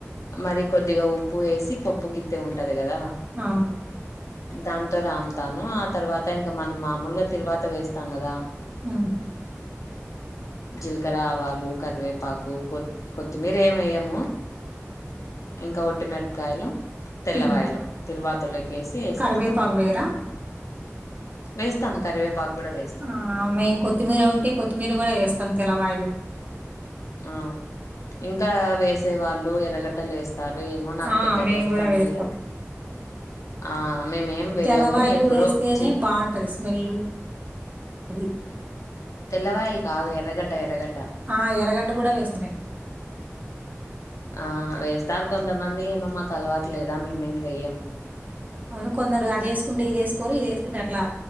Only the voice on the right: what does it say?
అ
ఆమ్
ఉమ్.
కరివేపాకు వేరా
ఆ మేము కొత్తిమీర ఉంటే కొత్తిమీర కూడా వేస్తాం తెరువాయలు
ఆ
మేము
కూడా
వేస్తాం
తెలవాయలు
వేస్తేనే
బాగుంటది స్మెల్ అది
ఆ ఎరగడ్డ కూడా వేస్త మేము
అవును కొందరు అది వేసుకుంటే ఇది వేసుకోరు ఇది వేసుకుంటే అట్లా